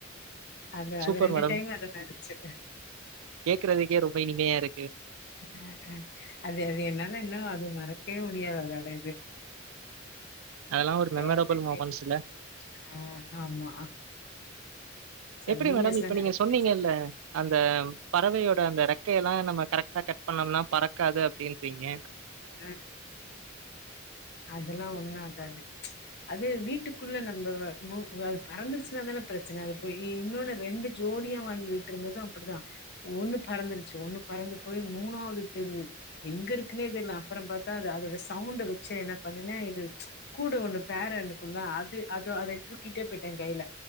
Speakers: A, on the left; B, on the right.
A: அந்த
B: சூப்பர்
A: அது ரெண்டு
B: மேடம்.
A: டைம் அந்த மாரிந்துஞ்சு
B: கேட்கறதுக்கே ரொம்ப இனிமையா இருக்கு.
A: ஆ அ அது அது என்னால இன்னோ அது மறக் க்கே முடியாது அதோட இது
B: அதெல்லாம் ஒரு
A: <unintelligible>
B: மெமரபிள் மொமெண்ட்ஸ் இல்ல.
A: ஆ ஆமா சீரியஸ்லா
B: எப்புடி மேடம் இப்ப
A: நெறைய
B: நீங்க சொன்னிங்கல்ல அந்த பறவயோட அந்த ரெக் கயெல்லா நம்ம கரக்ட்டா கட் பண்ணம்னா பறக்காது அப்டின்றிங்க
A: அ அதுல்லா ஒண்ணு ஆகாது அது வீட்டுக் குள்ள நம்ப வ நுவ அது பறந்துருச்சுனா தான ப்ரச்சன இப்ப இ இன்னொன்னு ரெண்டு ஜோடியா வாங்கி விட்றது ந்தது அப்டிதா ஒண்ணு பறந்துருச்சு ஒண்ணு பறந்து போய் மூணாவது தெரு எங்கருக்குனே தெர்ல அங் அப்பறோ பாத்தா அது அதோட சவுண்ட வச்சே என்ன பண்ணுன இது கூட ஒண்ணு பேராருக்குல்ல அது அது க்யோ அதை தூக்கிட்டே போயிட்டே கைல